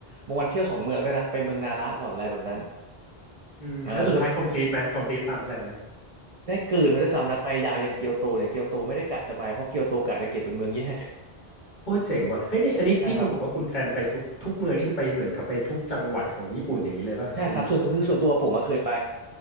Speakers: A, on the right (about 50°); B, on the left (about 50°).
A: บางวันเที่ยวสองเมืองได้วยนะไปเมืองนาระก่อนอะไรแบบนั้น
B: อืมแล้วสุดท้าย
A: เออเพื่อ
B: complete ไหม complete ตามแพลนไหม
A: ได้เกิดมาด้วยซ้ำนะไปยาวยันเกียวโตเนี่ยเกียวโตไม่ได้กะจะไปเพราะเกียวโตกะจะเก็บเป็นเมืองแยก
B: โอ้ยเจ๋งว่ะเฮ้ยนี่อันนี้ที่คุณบอกว่าคุณแพลนไปทุกทุกเมืองนี่คือไปเหมือนกับไปทุกจังหวัดของญี่ปุ่นอย่างนี้เลยป่ะเป็น
A: <laughs> ใช่ครับ ใช่ครับส่วนคือส่วนตัวผมอะเคยไป